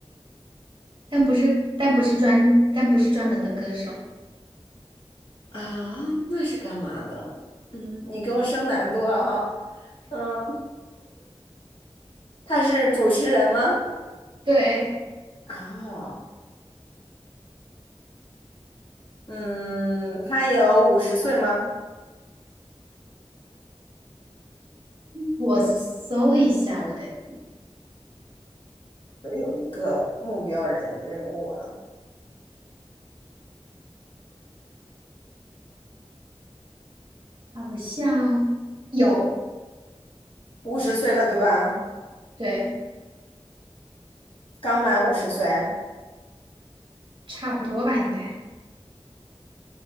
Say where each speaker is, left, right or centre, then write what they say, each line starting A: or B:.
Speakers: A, on the right (about 50°); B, on the left (about 55°).
A: 但不是，但不是专，但不是专门的歌手。
B: 啊，那是干嘛的？嗯，你给我升难度了哈。嗯，他是主持人吗？
A: 对，
B: 啊，嗯，他有五十岁吗？
A: 我搜一下，我得，
B: 我有一个目标人人物了，
A: 好像有，
B: 五十岁了对吧？
A: 对，
B: 刚满五十岁。
A: 差不多吧，应该。